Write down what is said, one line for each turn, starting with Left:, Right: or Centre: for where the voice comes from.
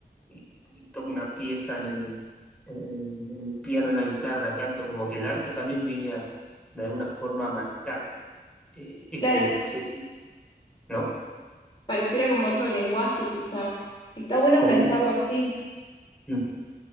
Centre: y- y toco una pieza en el, en el- en el piano, en la guitarra, canto, como que el arte también viene a, de alguna forma a marcar eh, ese,
Left: Claro,
Centre: ese, ¿no?
Left: pareciera como otro lenguaje quizá. Está bueno
Centre: Como
Left: pensarlo
Centre: un-
Left: así,
Centre: mm,